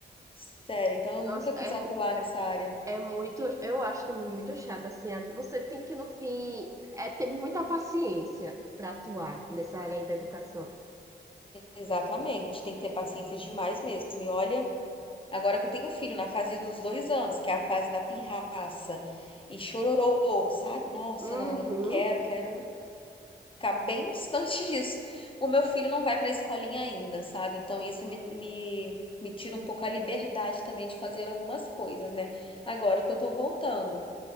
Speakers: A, on the left (about 30°); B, on the right (about 15°).
A: Sério, então
B: Nossa,
A: eu nunca quis
B: é,
A: atuar nessa área.
B: é muito, eu acho também muito chato, assim, a- você tem que, no fim, é ter muita paciência para atuar nessa área da educação.
A: Exatamente, tem que ter paciência demais mesmo. E olha, agora que eu tenho um filho na fase dos dois anos, que é a fase da pirraça e chororô, sabe? Nossa,
B: Uhum,
A: não, eu não quero, quero ficar bem distante <laughs> disso. O meu filho não vai para a escolinha ainda, sabe? Então isso me, me, me tira um pouco a liberdade também de fazer algumas coisas, né? Agora que eu tô voltando.